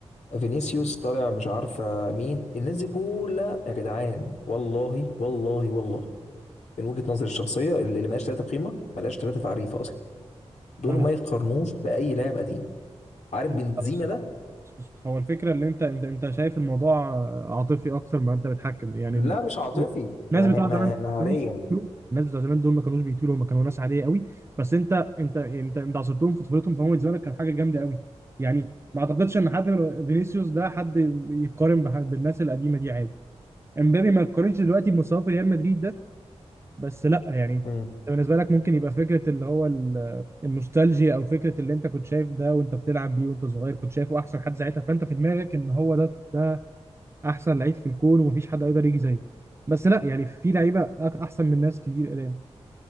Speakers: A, on the left; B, on the right.
A: فينيسيوس طالع مش عارفه مين الناس دي كلها يا جدعان والله والله والله من وجهه نظري الشخصيه اللي اللي ملهاش ثلاثه قيمه ملهاش ثلاثه تعريف اصلا دول
B: ما
A: ما يتقارنوش باي لاعب قديم عارف
B: أنا
A: بنزيما
B: بس
A: ده
B: بس بس هو الفكرة اللي انت انت انت شايف الموضوع عاطفي اكتر ما انت بتحكم يعني
A: لا
B: ان
A: مش عاطفي
B: الناس
A: مه-
B: بتوع
A: مه-
B: زمان ما
A: مهاريا
B: كانوش بيطيروا الناس بتوع زمان دول ما كانوش بيطيروا هم كانوا ناس عادية قوي بس انت انت انت انت عصرتهم في طفولتهم فهم بالنسبة لك كان حاجة جامدة قوي يعني ما اعتقدش ان حد من فينيسيوس ده حد يقارن بح- بالناس القديمة دي عادي امبابي ما يقارنش دلوقتي بمستواه في ريال مدريد ده بس لا يعني
A: مم.
B: انت بالنسبه لك ممكن يبقى فكره اللي هو ال- النوستالجيا او فكره اللي انت كنت شايف ده وانت بتلعب بيه وانت صغير كنت شايفه احسن حد ساعتها فانت في دماغك ان هو ده ده احسن لعيب في الكون ومفيش حد يقدر يجي زيه بس لا يعني في لعيبه أك- احسن من ناس كتير قدام